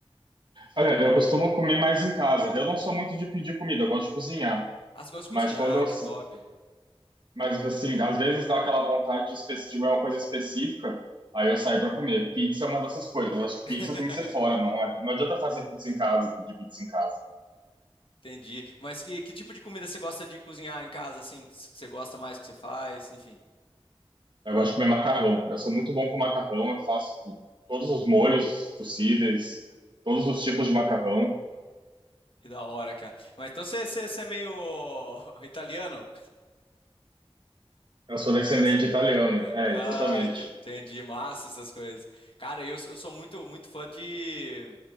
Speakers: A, on the right; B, on the left.
A: Olha, eu costumo comer mais em casa. Eu não sou muito de pedir comida, eu gosto de cozinhar.
B: Ah, você gosta de
A: Mas
B: cozinhar,
A: quando eu,
B: que
A: sa-
B: top.
A: mas assim, às vezes dá aquela vontade de espe- de uma coisa específica, aí eu saio para comer. Pizza é uma dessas coisas. Eu acho que
B: <laughs>
A: pizza tem que ser fora, não, ad- não adianta fazer pizza em casa, pedir pizza em casa.
B: Entendi. Mas que, que tipo de comida você gosta de cozinhar em casa, assim, que você gosta mais que você faz, enfim.
A: Eu gosto de comer macarrão. Eu sou muito bom com macarrão. Eu faço tu- todos os molhos possíveis, todos os tipos de macarrão.
B: Que da hora, cara. Mas então você, você, você é meio <laughs> italiano?
A: Eu sou descendente
B: Gosta-
A: de italiano. É,
B: Ah,
A: exatamente.
B: ente- entendi. Massa essas coisas. Cara, eu, eu sou muito, muito fã de